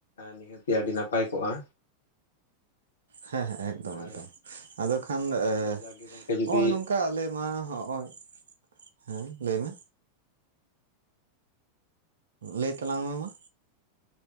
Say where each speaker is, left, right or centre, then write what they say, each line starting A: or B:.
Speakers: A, on the left; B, on the right.
A: ᱱᱤᱦᱟᱹᱛᱤ ᱟᱹᱰᱤ ᱱᱟᱯᱟᱭ ᱠᱚᱜᱼᱟ
B: ᱦᱮᱸ ᱦᱮᱸ ᱮᱠᱫᱚᱢ
A: ᱟᱨ
B: ᱮᱠᱫᱚᱢ ᱟᱫᱚ ᱠᱷᱟᱱ ᱦᱮᱸ
A: ᱟᱫᱚ ᱡᱟᱜᱮ ᱜᱚᱢᱠᱮ ᱡᱩᱫᱤ
B: ᱱᱚᱜᱼᱚᱭ ᱱᱚᱝᱠᱟ ᱚᱝᱠᱟ ᱟᱞᱮ ᱢᱟ ᱦᱚᱜᱼᱚᱭ, ᱦᱮᱸ ᱞᱟᱹᱭᱢᱮ ᱞᱟᱹᱭ ᱛᱟᱞᱟᱝ ᱢᱮ ᱢᱟ